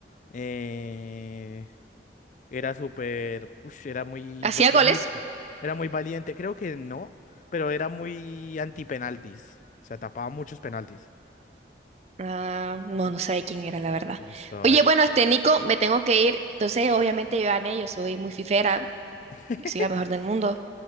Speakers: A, on the left; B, on the right.
A: eh, era súper, ush, era muy,
B: ¿Hacía
A: br-
B: goles?
A: eh, muy, era muy valiente. Creo que no, pero era muy anti-penaltis. o sea tapaba muchos penaltis.
B: Ah, no, no sabía quién era, la verdad.
A: Listo, a
B: Oye,
A: ver.
B: bueno, este Nico, me tengo que ir. Entonces, obviamente, yo gané, yo soy muy fifera,
A: <laughs>
B: soy la mejor del mundo.